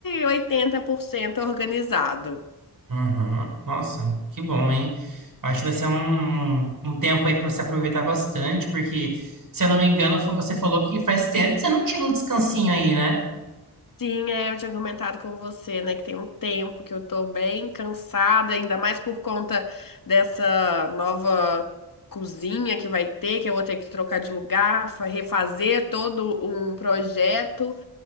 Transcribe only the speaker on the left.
80% organizado.
Sim, é, eu tinha comentado com você, né, que tem um tempo que eu tô bem cansada, ainda mais por conta dessa nova cozinha que vai ter, que eu vou ter que trocar de lugar, fa- refazer todo um projeto.